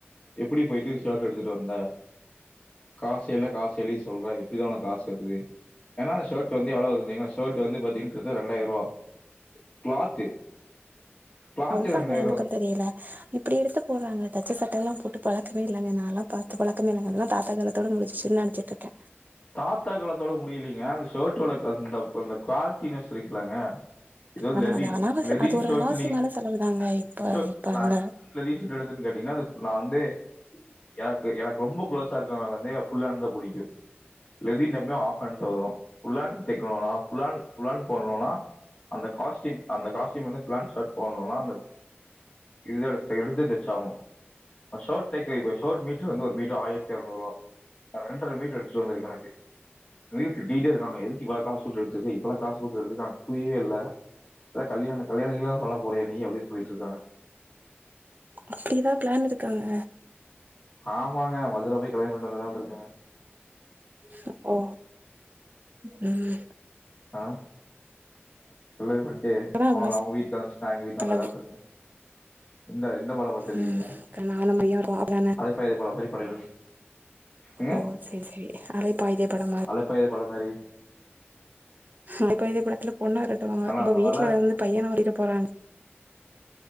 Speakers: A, on the left; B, on the right.
A: எப்புடி போயிட்டு சேட்டு எடுத்துட்டு வந்தே காசசே இல்ல காசே இல்ல சொல்ற எப்டிதா உனக்கு காசு வர்து ஏனா ஷோர்ட் வந்து எவ்ளோ வரும் தெரிமா ஷோர்ட் இது வந்து பாத்தீனா கரெக்டா ரெண்டாயிரரூவா கிளாத்து கிளாத்தே
B: அதுதாங்க
A: ரெண்டாயிரூ
B: எனக்கு தெரியல இப்டி எடுத்து போடுறாங்க தச்ச சட்டை லா போட்டு பழக்கமே இல்லங்க நாலா பாத்து பழக்கமே இல்லங்க அதெல்லா தாத்தா காலத்தோட முடிஞ்சிச்சின்னு நனச்சிட்ருக்க
A: தாத்தா காலத்தோட முடிலீங்க அந்த ஷோர்ட்டோட <unintelligible> அந்த குவாலிட்டினஸ் இருக்குலாங்க இது வந்து
B: ஆனா
A: லெவின்
B: அது அனாவசிய
A: லெவின்
B: அது ஒரு
A: ஷேர்ட்னீங்கன்னா
B: அனாவசியமான செலவுதாங்க இப்ப
A: <unintelligible>
B: இப்ப அந்த
A: கேட்டீங்கன்னா அது நா வந்து யார்க்கு எனக்கு ரொம்ப குளோஸா இருக்கறவங்க வந்து ஃபுல் ஹாண்ட் தா புடிக்கும் லெபின் எப்பமே ஆஃப் பேண்ட்ல வரும் ஃபுல்ஹாண்ட் தைக்கணுனா ஃபுல்ஹேண்ட் ஃபுல்ஹேண்ட் போடணுனா அந்த காஸ்டீம் அந்த காஸ்டீம் வந்து ஃபுலேன் ஷர்ட் போடணுனா அந்த இத எடுத் எடுத்து தச்சாவணு ஆ ஷோட் தைக்க இப்ப ஷோட் மீட்ரு வந்து ஒரு மீட்ரு ஆயிரத்தி அறநூறு ரூபா அ ரெண் ஒரு மீட்டர் ரூமரி கணக்கு ரீல்ஸ் டி ஜே இருக்காங்க எதுக்கு இவ்ள காசு போட்டு எடுத்துருக்க இவ்ள காசு கொடுத்து எத்துக்கு அங்க புரியவே இல்ல எ கல்யாண கல்யாண எல்லா பண்ண போறியா நீ அப்டி சொல்லிட்ருக்காங்க
B: அப்டி எதாது பிளான் இருக்காங்க
A: ஆமாங்க மதுர போய் கல்யாணம் பண்ணிட்டு வந்துர்லான்டு இருக்கங்க
B: <inaudible> ஓ ம்
A: ஆ கல்யாணம் பண்ட்டு
B: இப்பதா இவ்ளோ
A: அவுங்ள அவ்ங்க வீட்ல அனுபிச்சிட்டா எங்க வீட்டுக்கு
B: செலவு
A: வந்துர்லான்டுருக்க இந்த இந்த படோ பாத்திருக்கீங்ளா
B: ம் நானும் மரியா இருக்கோ அப்டிதான
A: அலைப்பாயுதே படம் மாரி பண்ணீர்லான்டு எங்க
B: ஓ செரி செரி அலைப்பாயுதே படம்
A: அலைப்பாயுதே படம் மாரி
B: அலைபாயுதே படத்துல பொண்ண வேரட்டுவாங்க உங்க
A: அந்த
B: வீட்ல
A: மாதிரி
B: இருந்து பையன வழிரோ போறாங்